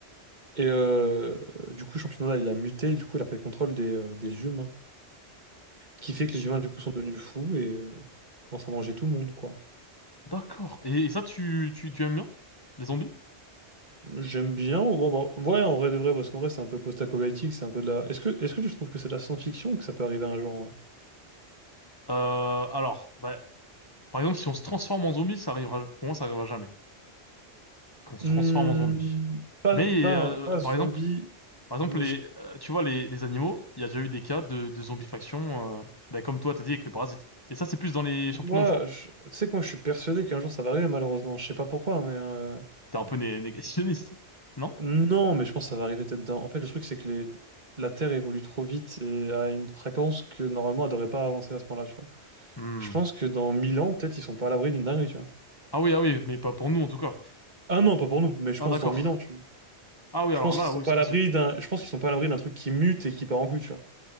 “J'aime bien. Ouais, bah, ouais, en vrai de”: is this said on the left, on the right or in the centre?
Right